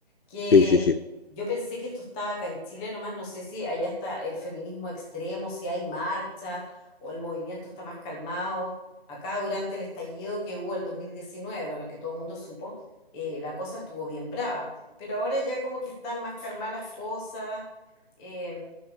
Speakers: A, in the centre; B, on the left.
A: que
B: Sí, sí, sí.
A: yo pensé que esto estaba acá en Chile nomás, no sé si allá está el feminismo extremo, si hay marchas o el movimiento está más calmado. Acá durante el estallido que hubo el 2019 bueno, que todo el mundo supo, eh, la cosa estuvo bien brava, pero ahora ya como que están más calmadas las cosas, eh,